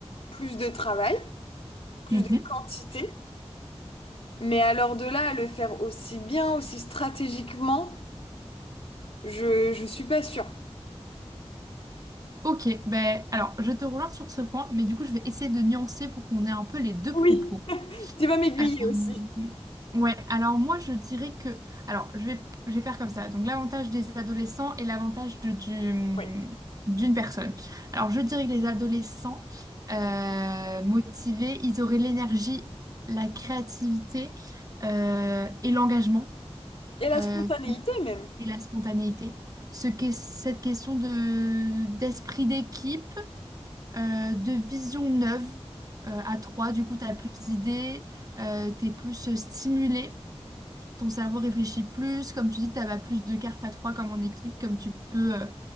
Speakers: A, on the left (about 60°); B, on the right (about 35°).
A: plus de travail, plus
B: Mhm.
A: de quantité. Mais alors de là à le faire aussi bien, aussi stratégiquement, je, je suis pas sûre.
B: Ok, ben alors je te rejoins sur ce point, mais du coup je vais essayer de nuancer pour qu'on ait un peu les deux
A: Oui,
B: propos.
A: tu vas m'aiguiller
B: Euh,
A: aussi.
B: ouais, alors moi je dirais que. Alors je vais, je vais faire comme ça. Donc l'avantage des adolescents et l'avantage de- du-
A: Oui.
B: d'une personne. Alors je dirais que les adolescents euh, motivés, ils auraient l'énergie, la créativité euh, et l'engagement
A: Et la
B: euh,
A: spontanéité même.
B: et la spontanéité. Ce qu'est cette question de, d'esprit d'équipe euh, de vision neuve euh, à trois. Du coup, tu as plus d'idées, euh, tu es plus euh, stimulé, ton cerveau réfléchit plus. Comme tu dis, tu as plus de cartes à trois comme en équipe, comme tu peux euh,